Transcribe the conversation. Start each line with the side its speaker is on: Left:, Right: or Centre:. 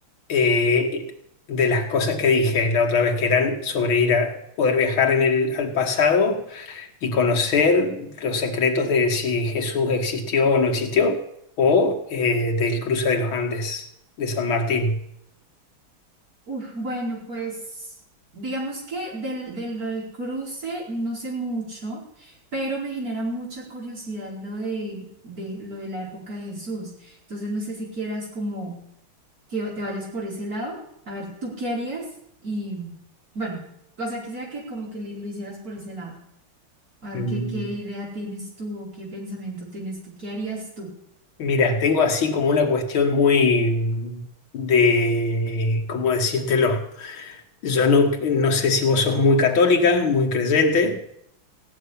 Left: eh, de las cosas que dije la otra vez, que eran sobre ir a poder viajar en el, al pasado y conocer los secretos de si Jesús existió o no existió, o eh, del cruce de los Andes de San Martín.
Right: Uf, bueno, pues digamos que del, del, lo del cruce no sé mucho, pero me genera mucha curiosidad lo de, de lo de la época de Jesús. Entonces no sé si quieras como que te vayas por ese lado. A ver, ¿tú qué harías? Y bueno, o sea, quisiera que como que li- lo hicieras por ese lado. A
Left: Mm,
Right: ver, ¿qué, qué idea tienes tú o qué pensamiento tienes tú? ¿Qué harías tú?
Left: Mira, tengo así como una cuestión muy mm, de, ¿cómo decírtelo? Yo no, no sé si vos sos muy católica, muy creyente.